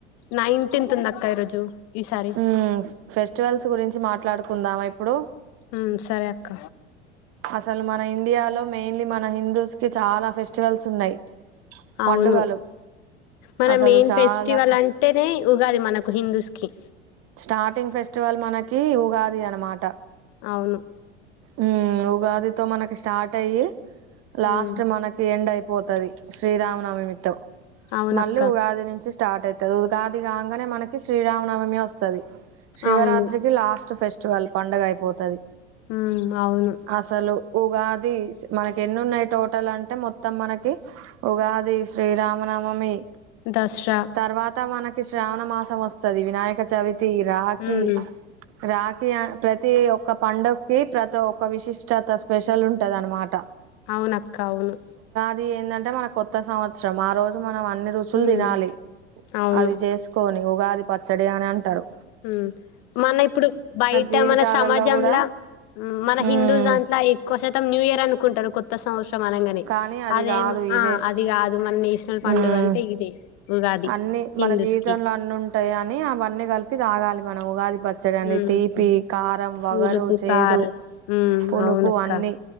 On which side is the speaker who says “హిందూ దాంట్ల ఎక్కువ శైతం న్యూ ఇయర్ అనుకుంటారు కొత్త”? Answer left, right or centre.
Left